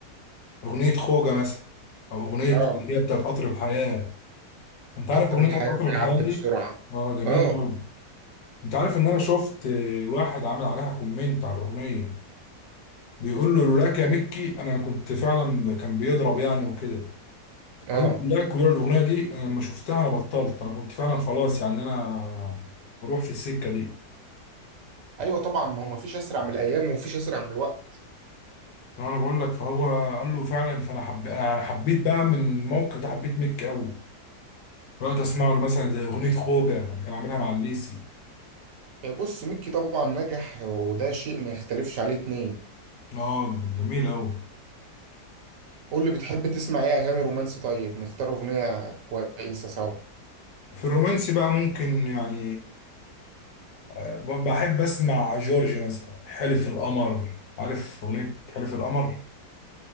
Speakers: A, on the left (about 80°); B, on the right (about 80°).
A: أغنية خوجة مثلا أو أغنية
B: اه
A: اللي هي بتاعت قطر الحياة أنت عارف
B: قطر
A: أغنية
B: الحياة
A: بتاعت قطر
B: بيعدي
A: الحياة دي؟
B: بسرعة
A: أه جميلة
B: اه
A: أوي أنت عارف إن أنا شفت واحد عامل عليها كومنت على الأغنية بيقول له لولاك يا مكي أنا كنت فعلا كان بيضرب يعني وكده
B: اه
A: قال له لولاك ولولا الأغنية دي أنا لما شفتها أنا بطلت أنا كنت فعلا خلاص يعني أنا بروح في السكة دي
B: ايوه طبعا ما هو مفيش اسرع من الايام ومفيش اسرع من الوقت
A: أنا بقول لك فهو قال له فعلا فأنا حب أنا حبيت بقى من الموقف ده حبيت مكي أوي رحت اسمع له مثلا زي اغنيه خوجه اللي كان عاملها مع الليسي
B: آه، بص ميكي طبعا نجح وده شيء ما يختلفش عليه اتنين
A: اه جميل اوي
B: قول لي بتحب تسمع ايه اغاني رومانسي طيب نختار اغنية كويسة سوا
A: في الرومانسي بقى ممكن يعني ب- بحب اسمع جورج مثلا حلف القمر عارف اغنيه حلف القمر